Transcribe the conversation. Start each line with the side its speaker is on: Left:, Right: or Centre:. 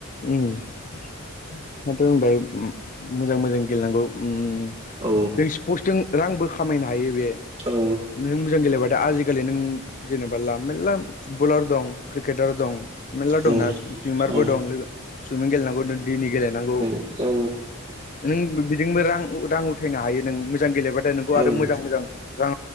Left: ओम दा मोजां दायो मोजां मोजां गेलेनांगौ ओम
Right: औ
Left: पस्टजों रांबो खामायनो हायो बे
Right: औ
Left: नों मोजां गेलेबा दा आजिखालि नों जेनेबा ला मेलला फुटबलार दं क्रिकेटार दं मेलला
Right: औ
Left: दंना
Right: औ
Left: दं लोगो सुइमिं गेलेनांगौ नो दैनि गेलेनांगौ।
Right: औ
Left: नों बिजोंबो रां रां उथायनो हायो नों मोजां गेलेबाथाय नोंखौ
Right: औ
Left: आरो मोजां मोजां रां